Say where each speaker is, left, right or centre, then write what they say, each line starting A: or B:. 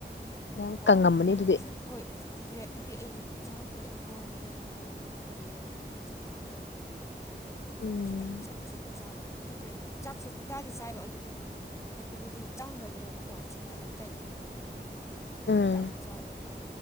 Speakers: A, on the left; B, on the left.
A: ꯌꯥꯝ
B: ꯑꯣ
A: ꯀꯪꯉꯝꯃꯅꯤ ꯑꯗꯨꯗꯤ
B: ꯍꯣꯏ ꯀꯤꯈ꯭ꯔꯦ ꯑꯗꯨꯏ ꯑꯩ ꯆꯗ ꯑꯩ ꯃꯃꯉꯣꯟꯗ ꯂꯩꯌꯣ <unintelligible> ꯍꯥꯏꯔꯦ ꯑꯗꯨ ꯌꯜꯂꯒꯣꯠ ꯆꯥꯕꯅꯦ ꯑꯩꯈꯣꯏ
A: ꯎꯝ
B: ꯑꯗꯨ ꯈꯤꯇꯪ ꯆꯥꯛꯁꯦ ꯆꯥꯕ ꯍꯧꯋꯦ ꯅꯠꯇ꯭ꯔꯗꯤ ꯆꯥꯛꯁꯦ ꯆꯥꯗꯤ ꯆꯥꯏꯕ ꯑꯗꯨ ꯍꯥꯏꯕꯗꯤ ꯆꯥꯡꯗꯕꯗꯣꯀꯣ ꯆꯤꯟꯗ ꯍꯄꯇꯥꯏꯇ <unintelligible> ꯑꯗꯨꯒꯤ
A: ꯎꯝ
B: ꯍꯤꯗꯥꯛ ꯆꯥꯔꯒ